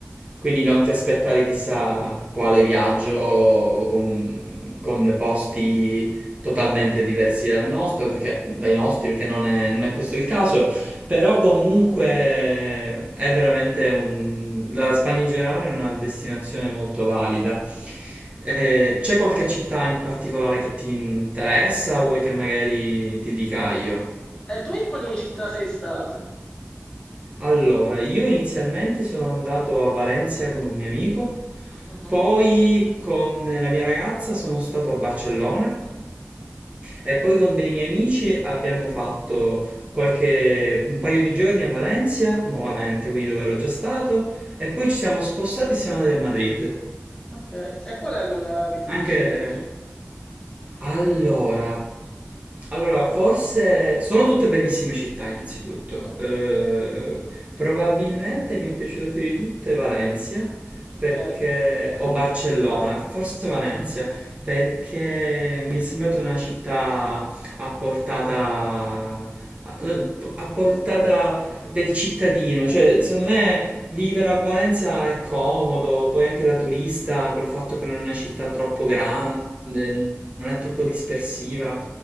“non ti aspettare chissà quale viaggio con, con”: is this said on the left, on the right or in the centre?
Right